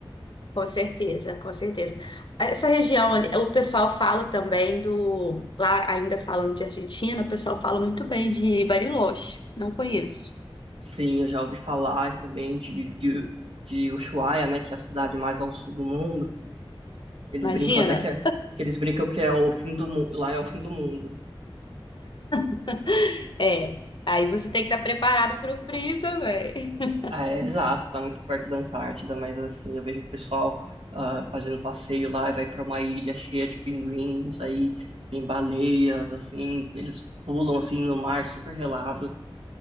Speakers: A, on the left; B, on the right.
A: Com certeza, com certeza. Essa região ali, o pessoal fala também do. Lá, ainda falando de Argentina, o pessoal fala muito bem de Bariloche. Não conheço.
B: Sim, eu já ouvi falar também de, de, de Ushuaia, né, que é a cidade mais ao sul do mundo. Eles
A: Imagina?
B: brincam até que, é, que eles brincam que é o fim do mundo, lá é o fim do mundo.
A: <laughs> É. Aí você tem que estar preparado para o frio também. <laughs>
B: É, exato, tá muito perto da Antártida, mas assim, eu vejo o pessoal ah, fazendo passeio lá e vai para uma ilha cheia de pinguins, aí tem baleias, assim, eles pulam assim no mar super gelado.